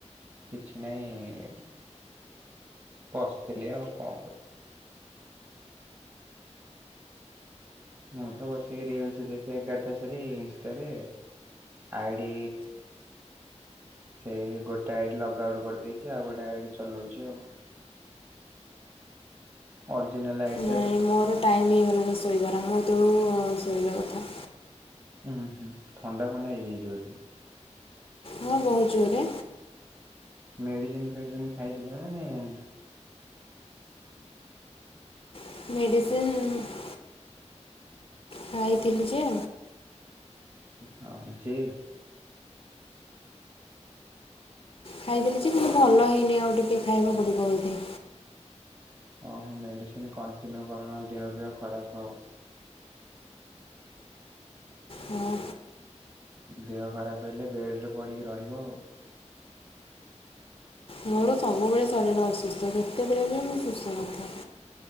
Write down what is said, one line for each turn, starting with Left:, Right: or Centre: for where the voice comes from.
Right: କିଛି ନାଇଁ। ବସିଥିଲି ଆଉ କଣ କରୁଥିଲି। ମୁଁ ତ ବସିକି ରିଲସ ଦେଖେ ଏଗାରଟା ସାର ଇନଷ୍ଟାରେ। ଆଇଡି ସେଇ ଗୋଟେ ଆଡି ଲଗାଗୁଡ କରିଦେଇଛି ଆଉ ଗୋଟେ ଆଡି ଚଲଉଛି ଆଉ। ଓରିଜିନଲ ଆଇଟ
Left: ନାଇଁ ମୋର ଟାଇମ୍ ହେଇଗଲାଣି ଶୋଇବାର ମୁଁ ଏତେବେୁ ଶୋଇବା କଥା।
Right: ହୁଁ ହୁଁ ଥଣ୍ଡା ଫଣ୍ଡା ହେଇଯାଇଛିି ବଧେ?
Left: ହଁ ବହୁତ ଜୋରରେ
Right: ମେଡିସିନ ଫେଡିସିନ ଖାଇଥିଲ ନା ନାଇଁ ଆଣିକି?
Left: ମେଡିସିନ୍? ଖାଇଥିଲି ଯେ
Right: ହଁ ଯେ
Left: ଖାଇଥିଲି ଯେ କିନ୍ତୁ ଭଲ ହେଇନି ଆଉ ଟିକିଏ ଖାଇବା ପଡ଼ିବ ବୋଧେ।
Right: ଓ ହୋ ମେଡ଼ିସିନ କଣ୍ଟିନ୍ୟୁ କରୁନ ଦେହ ଫିହ ଖରାପ ହେବ।
Left: ହଁ
Right: ଦେହ ଖରାପ ହେଲେ ବେଡରେ ପଡିକି ରହିବ ଆଉ।
Left: ମୋର ସବୁବେଳେ ଶରୀର ଅସୁସ୍ଥ କେତେବେଳେ ବି ମୁଁ ସୁସ୍ଥ ନଥାଏ।